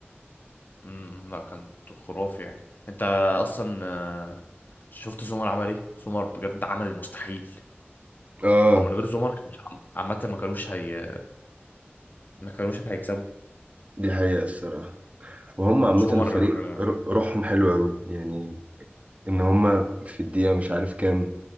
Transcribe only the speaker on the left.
أمم، لا كان خرافي يعني انت اصلا آه، شفت زومر عمل ايه زومر بجد عمل المستحيل
هو من غير زومر كان عامة ما كانوش هي ما كانوش هيكسبوا
زومر
اه